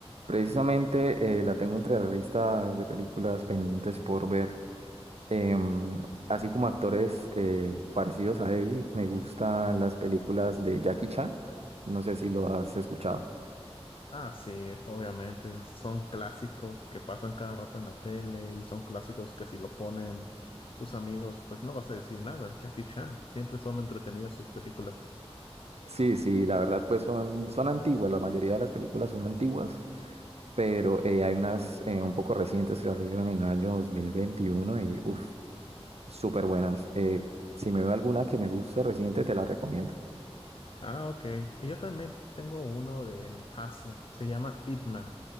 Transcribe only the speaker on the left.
Ah, sí, obviamente. Son clásicos que pasan cada rato en la tele y son clásicos que si lo ponen tus amigos, pues no vas a decir nada. Jackie Chan, siempre son entretenidas sus películas.
Ah, ok. Yo también tengo uno de Asia. Se llama Ip Man.